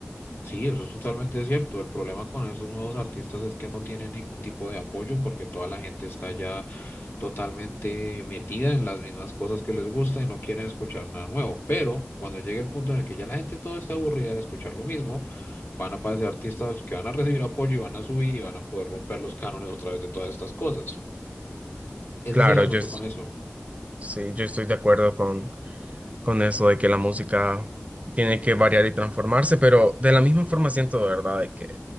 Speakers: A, on the left; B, on the right.
A: Sí, eso es totalmente cierto. El problema con esos nuevos artistas es que no tienen ningún tipo de apoyo porque toda la gente está ya totalmente metida en las mismas cosas que les gusta y no quieren escuchar nada nuevo. Pero cuando llegue el punto en el que ya la gente todo está aburrida de escuchar lo mismo, van a aparecer artistas que van a recibir apoyo y van a subir y van a poder romper los cánones otra vez de todas estas cosas. Ese
B: Claro,
A: es el asunto
B: yo es-
A: con eso.
B: sí, yo estoy de acuerdo con eso de que la música tiene que variar y transformarse, pero de la misma forma siento de verdad de que